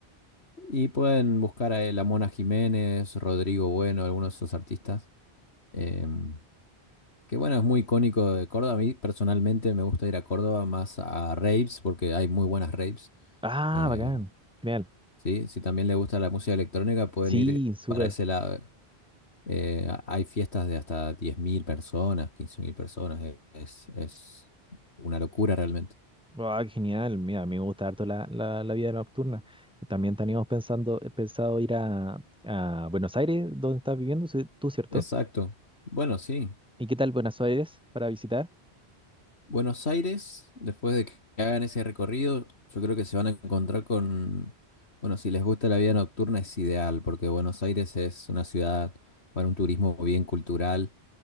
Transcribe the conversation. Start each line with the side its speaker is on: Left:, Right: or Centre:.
Left: Y pueden buscar a eh, la Mona Jiménez, Rodrigo Bueno, algunos de esos artistas. em, Que bueno, es muy icónico de Córdoba. A mí personalmente me gusta ir a Córdoba más a raves porque hay muy buenas raves.
Centre: Ah,
Left: Eh,
Centre: bacán. Genial.
Left: sí, si también le gusta la música electrónica, pueden
Centre: Sí,
Left: ir
Centre: súper.
Left: para ese lado. Eh, a- hay fiestas de hasta 10.000 personas, 15.000 personas. Eh, Es, es una locura realmente.
Centre: Ah, genial. Mira, a mí me gusta harto la, la, la vida nocturna. También teníamos pensando, eh, pensado ir a, a Buenos Aires, donde estás viviendo sí, tú, ¿cierto?
Left: Exacto. Bueno, sí.
Centre: ¿Y qué tal Buenos Aires para visitar?
Left: Buenos Aires, después de que hagan ese recorrido, yo creo que se van a encontrar con, bueno, si les gusta la vida nocturna es ideal, porque Buenos Aires es una ciudad para un turismo bien cultural,